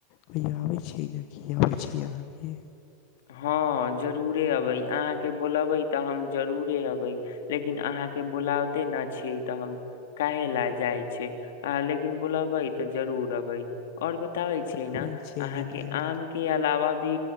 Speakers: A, on the left (about 55°); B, on the left (about 75°).
A: कहियो आबे छै नै की आबै छी अहाँ के।
B: हाँ जरूरे अबे अहाँ के बुलाबे तऽ हम जरूरे अबे, लेकिन अहाँ के बुलाबते ना छीयै तऽ हम काहे लए जाय छै, अहाँ लेकिन बुलबै तऽ जरूर अबे और ब ताबै छी
A: ते
B: ने
A: आबे छीये
B: अहाँ
A: ने
B: के
A: बियान
B: आम के अलावा पी